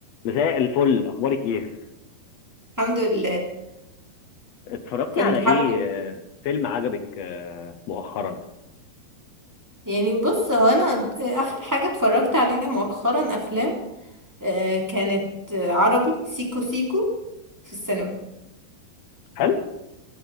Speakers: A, on the left; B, in the centre.
A: مساء الفل اخبارك ايه
B: الحمد لله
A: اتفرجتي
B: كنت
A: على ايه
B: حابة
A: آه، فيلم عجبك آه، مؤخرا
B: يعني بص هو انا اخر حاجة اتفرجت عليها مؤخرا افلام آه، كانت آه، عربي سيكو سيكو في السينما
A: حلو